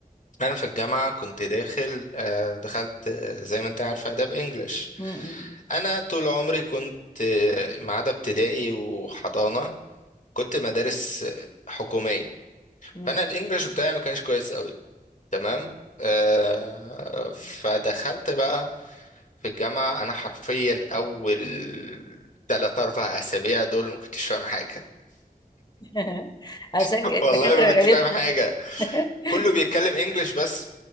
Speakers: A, on the left; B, on the left.
A: انا في الجامعة كنت داخل آه، دخلت آه، زي ما انت عارفة اداب انجلش
B: مم.
A: انا طول عمري كنت آه، ما عدا ابتدائي وحضانة كنت مدارس حكومية
B: مم.
A: فانا الانجليش بتاعي ما كانش كويس قوي تمام آه فدخلت بقى في الجامعة انا حرفيا اول تلات اربع اسابيع دول ما كنتش فاهم حاجة
B: <laughs> عشان
A: <laughs>
B: كده الدكاتره
A: والله ما
B: غالبا
A: كنت فاهم حاجة
B: <laughs>
A: كله بيتكلم انجليش بس